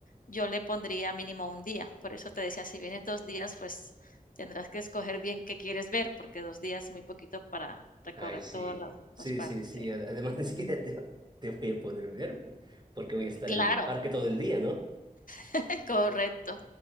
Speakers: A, on the left (about 65°); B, on the right (about 30°).
A: yo le pondría mínimo un día. Por eso te decía, si vienes dos días, pues tendrás que escoger bien qué quieres ver, porque dos días es muy poquito para recorrer
B: Ay, sí,
A: todos los,
B: sí,
A: los parques.
B: sí, sí.
A: sí.
B: ad- Además, <laughs> ni siquiera te, te voy a poder ver, porque voy a estar
A: Claro,
B: en el parque todo el día, ¿no?
A: <laughs> correcto.